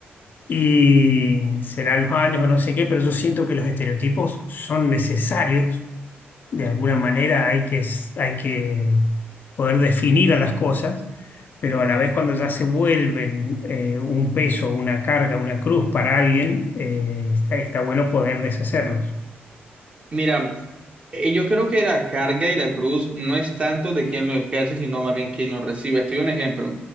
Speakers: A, on the left (about 50°); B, on the right (about 30°).
A: y serán los años o no sé qué, pero yo siento que los estereotipos son necesarios de alguna manera hay que, s- hay que poder definir a las cosas, pero a la vez cuando ya se vuelven eh, un peso, una carga, una cruz para alguien, eh, está, está bueno poder deshacerlos.
B: Mira, Eh, Yo creo que la carga y la cruz no es tanto de quien lo ejerce, sino más bien quien lo recibe. Estoy un ejemplo.